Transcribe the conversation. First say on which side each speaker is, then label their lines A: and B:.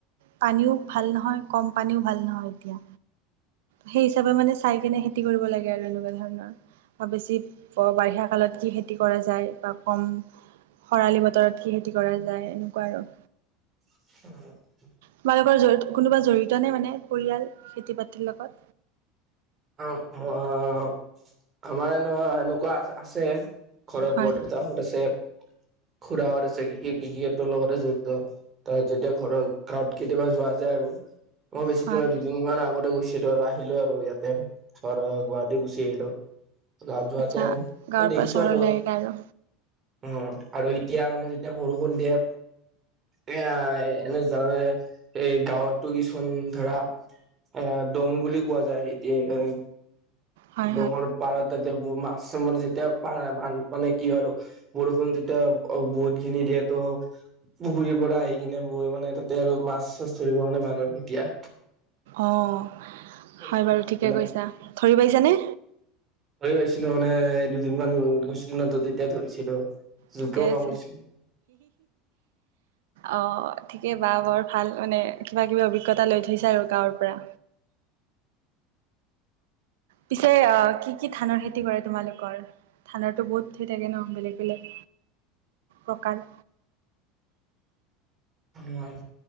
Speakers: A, on the right (about 80°); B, on the right (about 20°).
A: পানীও ভাল নহয় কম পানীও ভাল নহয় এতিয়া। সেই হিচাপে মানে চাই কিনে খেতি কৰিব লাগে আৰু এনেকুৱা ধৰণৰ। বা বেছি বাৰিষা কালত কি খেতি কৰা যায় বা কম খৰালি বতৰত কি খেতি কৰা যায় এনেকুৱা আৰু।
B: হয়।
A: তোমাৰালোকৰ জড়িত কোনোবা জড়িত নাই মানে পৰিয়াল খেতি বাতিৰ লগত?
B: অ' আমাৰ ন এনেকুৱা আ আছে। ঘৰত
A: হয়
B: বৰদউতাহত আছে, খুৰা হত আছে ঘ ঘ ঘিটোৰ লগতে জড়িত। তাৰত যেতিয়া ঘৰৰ গাঁৱত কেতিয়াবা যোৱা যায় আৰু, মই বেছি
A: হয়
B: দিনত তিনি মমান আগতে গৈছিলো আৰু আহিলো আৰু ইয়াতে ধ গুৱাহাটী গুচি আহিলো। গা যোৱাতে
A: আচ্ছা গাঁৱৰ
B: দেখিছো
A: পৰা চহৰলৈ
B: আৰু।
A: আহিলা আৰু
B: অ' আৰু এতিয়া মানে যেতিয়া বৰষুণ দিয়ে। এ এনে জানে, এ গাঁৱতটো কিছুমান ধৰা এ দং বুলি কোৱা যায় এতিয়া এ,
A: হয়
B: ডাঙৰ
A: হয়
B: পাৰ তেয়া মাছ চৰ যেতিয়া প মানে কি আৰু বৰষুণ যেতিয়া বহুত খিনি দিয়েটো পুখুৰীৰ পৰা আহি কিনে বৈ মানে তাতে আৰু মাছ চাছ ধৰিব মানে ভাল আৰু এতিয়া।
A: অ'
B: সৰু
A: হয়
B: সৰু
A: বাৰু
B: মাছ
A: ঠিকে
B: বিলাক
A: কৈছা, ধৰি পাইছানে?
B: ধৰি পাইছিলো মানে দুদিনমান গুছিলছিল ন ত তেতিয়া ধৰিছিলো।
A: ঠিকে
B: জোকেও
A: আছে।
B: কামুৰিছিলে
A: অ' ঠিকেই বা বৰ ভাল মানে কিবা কিবি অভিজ্ঞতা লৈ থৈছে আৰু গাঁৱৰ পৰা। পিছে অ কি কি ধানৰ খেতি কৰে তোমালোকৰ? ঠাণ্ডাটো বহুত থেই থাকে ন বেলেগ বেলেগ, প্ৰকাৰ।
B: অ'